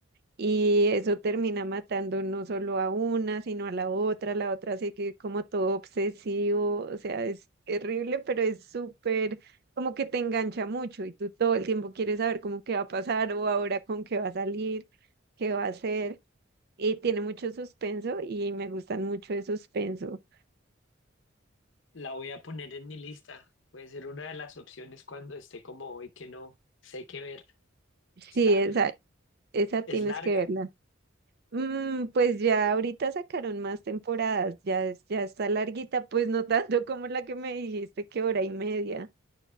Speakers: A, on the right (about 55°); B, on the left (about 65°).
A: Y eso termina matando no solo a una, sino a la otra. La otra sigue como todo obsesivo. O sea, es terrible, pero es súper como que te engancha mucho y tú todo el tiempo quieres saber cómo qué va a pasar o ahora con qué va a salir, qué va a hacer. Y tiene mucho suspenso y me gustan mucho de suspenso.
B: La voy a poner en mi lista. Puede ser una de las opciones cuando esté como hoy que no sé qué ver.
A: Sí,
B: Está.
A: esa, esa tienes
B: ¿Es larga?
A: que verla. Mm, pues ya ahorita sacaron más temporadas, ya, es- ya está larguita, pues no tanto como la que me dijiste que hora y media.